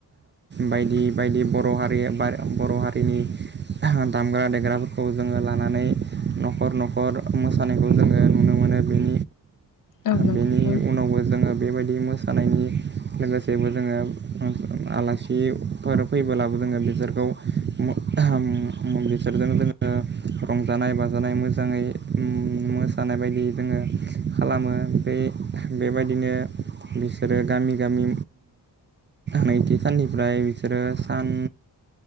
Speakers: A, on the right (about 30°); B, on the left (about 45°).
A: बायदि बायदि बर' हारि बा बर' हारिनि दामग्रा-देग्राफोरखौ जोङो लानानै न'खर न'खर मो सानायखौ जोङो नुनो मोनो। बेनि
B: औ नंगौ
A: बेनि
B: नोंथां
A: उनावबो जोङो बेबायदि मो सानायनि लोगोसेबो जोङो आलासिफोर फैबोलाबो जोङो बिसोरखौ खौ मो म-म बेसोरजों जोङो रंजानाय बाजानाय मोजाङै मोसानाय बायदि जोङो खालामो। बे बेबायदिनो बिसोरो गामि गामि नैथि साननिफ्राय बिसोरो सान